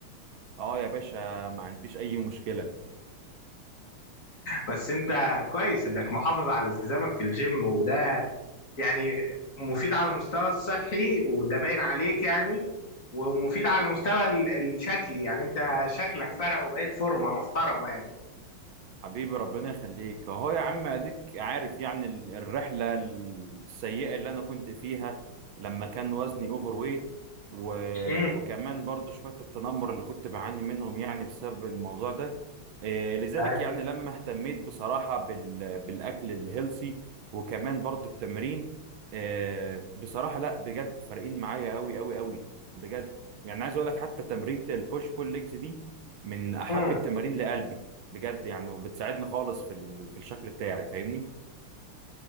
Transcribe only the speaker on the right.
اه يا باشا ما عنديش اي مشكله
حبيبي ربنا يخليك اهو يا عم اديك عارف يعني ال- الرحله السيئه اللي انا كنت فيها لما كان وزني اوفر ويت و...
وكمان برضو شويه التنمر اللي كنت بعاني منهم يعني بسبب الموضوع ده إيه لذلك
يعني لما اهتميت بصراحه بال... بالاكل الهيلسي وكمان برضو التمرين إيه بصراحه لا بجد فارقين معايا قوي قوي قوي بجد يعني عايز اقول لك حتى تمرينة البوش بول ليجز دي من احب
التمارين لقلبي بجد يعني وبتساعدني خالص في ال- في الشكل بتاعي فاهمني